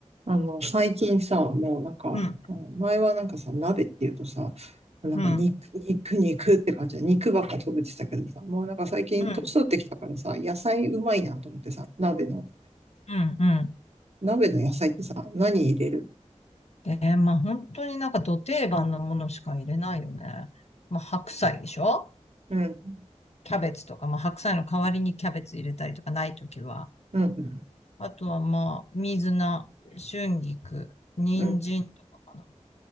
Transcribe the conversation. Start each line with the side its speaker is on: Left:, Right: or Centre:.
Right: あの、最近さ、もうなんか、
Left: うん、
Right: うん前はなんかさ、鍋っていうとさ、なんか肉、
Left: うん、うん、
Right: 肉、肉って感じで、肉ばっか食べてたけどさ、もうなんか最近年取ってきたからさ、
Left: うん、
Right: 野菜うまいなと思ってさ、鍋の、
Left: うん、う
Right: 鍋の野菜ってさ、何入れる
Left: ん。えー、まあ本当になんか土定番のものしか入れないよね。まあ白菜でしょ
Right: うん、
Left: キャベツとか、まあ白菜の代わりにキャベツ入れたりとかないときは。
Right: うん、
Left: あとはまあ、水菜、春菊、人参とかか
Right: うん。